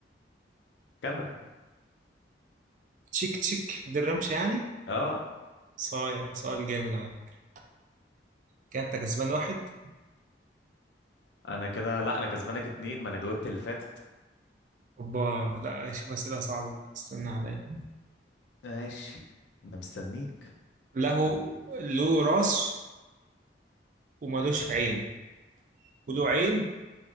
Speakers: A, on the left; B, on the right.
A: كاميرا
B: تشيك تشيك دي الرمشة يعني
A: اه
B: صايع سؤال جامد على فكرة. كده انت كسبان واحد
A: انا كده لا انا كسبانك اتنين ما انا جاوبت اللي فاتت
B: اوبا لا اشوف اسئلة صعبة بقى استنى عليا
A: ماشي انا مستنيك
B: له له راس وملوش عين وله عين